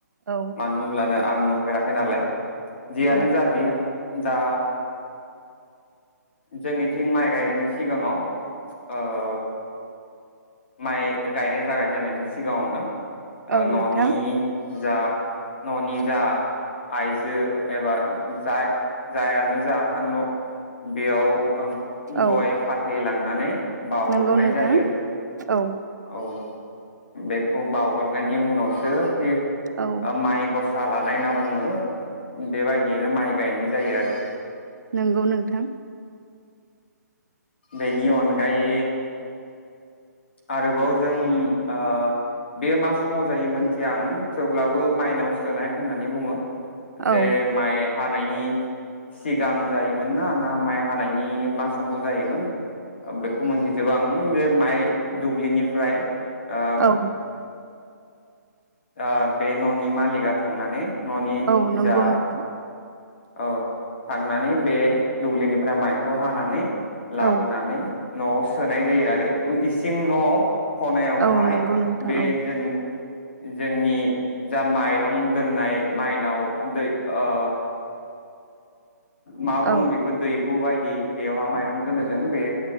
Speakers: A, on the right; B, on the left.
A: औ
B: मानो होमब्लानो आं नुफेराखै नालाय। जियानो
A: औ
B: जादिया। दा जोंनिथिं माइ गायनायनि सिगाङाव ओ माइ गायनाय जागाय जेननायनि सिगाङावनो। आ
A: औ
B: ननि
A: नोंथां
B: जा ननि जा आयजो एबा जाय जायानो जा थांन बेयाव
A: औ
B: गय फाथैलां नानै बाउग्रोनाय
A: नंगौ नोंथां
B: जायो
A: औ
B: औ। बेखौ बावग्रोनायनि उनावसो फैयो। ओ
A: औ
B: माइ गस साहा लानाय होनना बुङो बेबायदियैनो माइ गायनाय जायो आरो।
A: नंगौ नोंथां।
B: बेनि अनगायै आरोबाव जों ओ बेयो मा समाव जायो मोनथिया आं थेवब्लाबो माइनाव सोनाय होननानै बुङो जे
A: औ
B: माइ हानायनि सिगां जायोमोन ना ना माइ हानायनि मा समाव जायोमोन ओ बेखौ मिथिजोबा आं जे माइ दुब्लिनिफ्राय आ
A: औ
B: आ बे ननि मालिकआ थांनानै ननि
A: औ नंगौ
B: जा
A: नोंथां
B: औ थांनानै बे दुब्लिनिफ्राय माइखौ हानानै। लाबो
A: औ
B: नानै नआव सोनाय जायो आरो इसिं नआव खनायावहाय
A: औ नंगौ नोंथां
B: बे
A: औ
B: जों जोंनि जा माइरं दोननाय माइनाव दै ओ मा बुङो
A: औ
B: बेखौ दै दैहु बायदि बेयावहा माइरं दोनो जों बे